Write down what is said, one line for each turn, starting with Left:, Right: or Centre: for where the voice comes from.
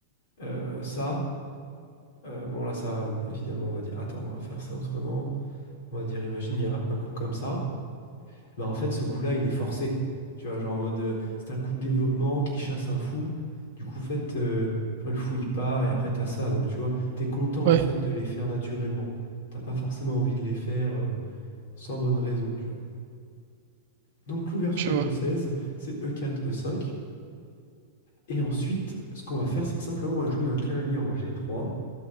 Left: euh, ça, euh, bon, là, ça, hum, évidemment, on va dire, attends, on va faire ça autrement. On va dire, imagine, il y a un coup comme ça. Bah en fait, ce coup-là, il est forcé. Tu vois, genre en mode, euh, c'est un coup de développement qui chasse un fou. Du coup, en fait, euh, après le fou, il part et après, t'as ça. Donc, tu vois, t'es content
Right: ouais,
Left: en fait de les faire naturellement. T'as pas forcément envie de les faire euh, sans bonne raison, tu vois. Donc, l'ouverture
Right: tu
Left: écossaise,
Right: vois.
Left: c'est E4, E5. Et ensuite, ce qu'on va faire, c'est que simplement, on va jouer un cavalier en G3